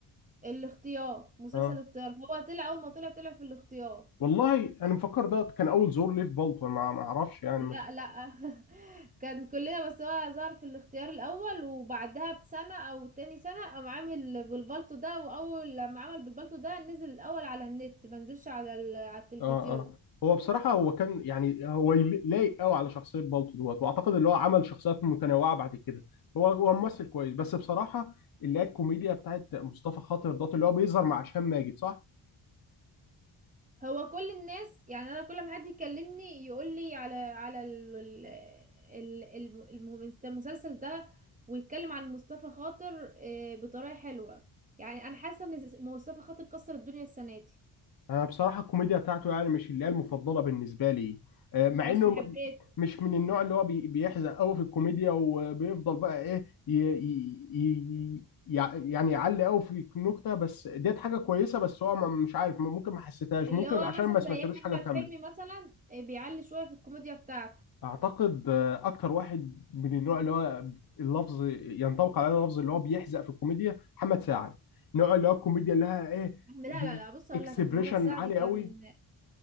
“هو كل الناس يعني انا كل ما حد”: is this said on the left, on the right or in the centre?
Right